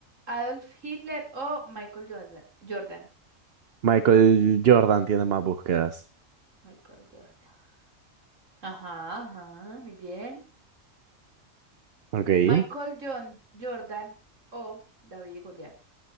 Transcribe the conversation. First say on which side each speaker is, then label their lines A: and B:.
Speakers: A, on the right; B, on the right.
A: Adolf Hitler o Michael Jordan. Jordan.
B: Michael Jordan tiene más búsquedas.
A: Michael Jordan. Ajá, ajá, muy bien.
B: Ok.
A: Michael John Jordan o David y Goliat.